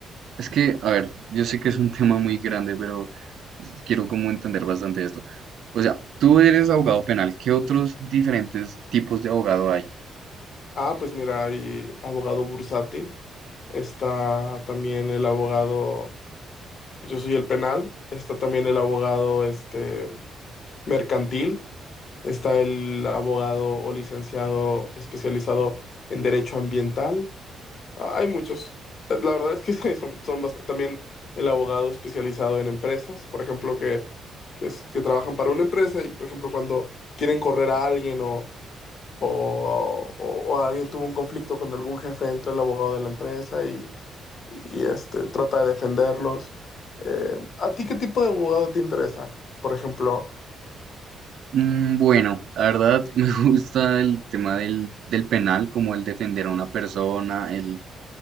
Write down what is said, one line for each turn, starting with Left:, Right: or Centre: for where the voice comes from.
Right: es que, a ver, yo sé que es un <laughs> tema muy grande, pero quiero como entender bastante esto. O sea, tú eres abogado penal, ¿qué otros diferentes tipos de abogado hay?
Left: Ah, pues mira, hay abogado bursátil, está también el abogado, yo soy el penal, está también el abogado este mercantil, está el abogado o licenciado especializado en derecho ambiental, Ah, Hay muchos. Eh, La verdad es que <laughs> son, son bast- también el abogado especializado en empresas, por ejemplo, que, que, es- que trabajan para una empresa y, por ejemplo, cuando quieren correr a alguien o, o, o- o alguien tuvo un conflicto con algún jefe, entra el abogado de la empresa y, y, este, trata de defenderlos. Eh, ¿a ti qué tipo de abogado te interesa? Por ejemplo,
Right: Mm, bueno, la verdad <laughs> me gusta el tema del, del penal, como el defender a una persona, el,